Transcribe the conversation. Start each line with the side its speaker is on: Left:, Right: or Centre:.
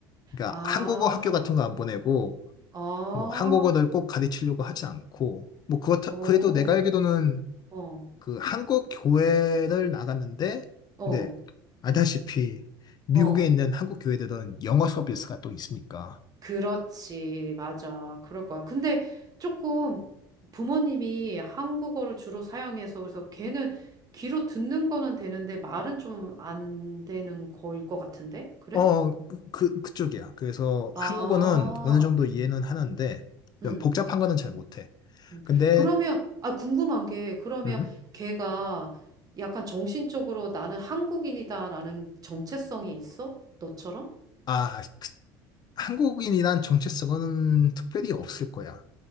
Left: 그러니까
Right: 아.
Left: 한국어 학교 같은 거 안 보내고
Right: 아,
Left: 뭐 한국어를 꼭 가르치려고 하지 않고 뭐 그렇다
Right: 어,
Left: 그래도 내가 알기로는
Right: 어,
Left: 그 한국 교회를 나갔는데,
Right: 어,
Left: 근데 알다시피 미국에
Right: 어.
Left: 있는 한국 교회들은 영어 서비스가 또 있으니까.
Right: 그렇지, 맞아. 그럴 거야. 근데 조금 부모님이 한국어를 주로 사용해서 그래서 걔는 귀로 듣는 거는 되는데 말은 좀 안 되는 거일 것 같은데? 그래?
Left: 어, 그, 그- 그쪽이야. 그래서
Right: 아,
Left: 한국어는 어느 정도 이해는 하는데,
Right: 음.
Left: 좀 복잡한 거는 잘 못해.
Right: 음.
Left: 근데,
Right: 그러면, 아, 궁금한 게, 그러면
Left: 음,
Right: 걔가 약간 정신적으로 나는 한국인이다라는 정체성이 있어? 너처럼?
Left: 아, 한국인이란 정체성은 특별히 없을 거야.